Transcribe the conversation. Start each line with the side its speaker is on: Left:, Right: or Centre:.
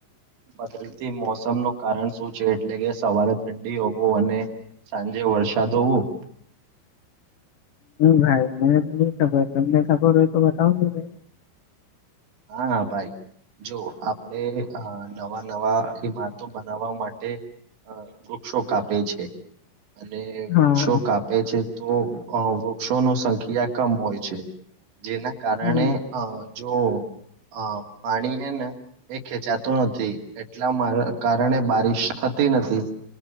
Right: બદલતી મોસમ નું કારણ શું એટલે કે સવારે ઠંડી હોવું અને સાંજે વરસાદ હોવો <inaudible>
Left: ભાઈ મેને તો નહી ખબર તમને ખબર હોય તો બતાઉ ભાઈ
Right: હા હા ભાઈ જો આપણે અ નવા નવા ઈમારતો બનાવવા માટે અ વૃક્ષો કાપે છે અને
Left: હા
Right: વૃક્ષો કાપે છે તો અ વૃક્ષો ન સંખ્યા કમ હોય છે. જેના કારણે
Left: હમ
Right: અ જો હ પાણી હે ને એ ખેચાતું નથી એટલા મા કારણે બારિશ- થતી નથી